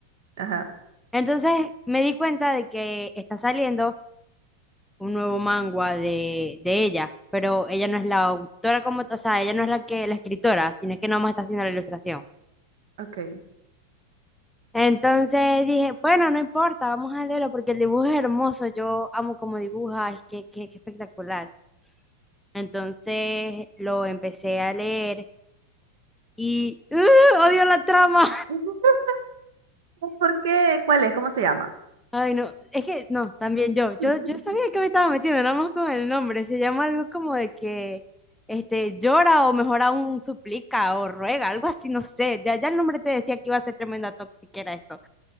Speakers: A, on the right (about 65°); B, in the centre.
A: Ajá,
B: Entonces me di cuenta de que está saliendo un nuevo manga de, de ella, pero ella no es la autora como, t- o sea, ella no es la que, la escritora, sino es que nomás está haciendo la ilustración.
A: ok.
B: Entonces dije, bueno, no importa, vamos a leerlo porque el dibujo es hermoso, yo amo cómo dibuja, es que, que, que espectacular. Entonces lo empecé a leer y ¡uh! odio la trama.
A: <laughs> ¿Por qué? ¿Cuál es? ¿Cómo se llama?
B: Ay, no, es que no, también yo,
A: <laughs>
B: yo, yo sabía que me estaba metiendo, nada más con el nombre, se llama algo como de que este, llora o mejor aún suplica o ruega, algo así, no sé, ya, ya el nombre te decía que iba a ser tremenda toxiquera esto,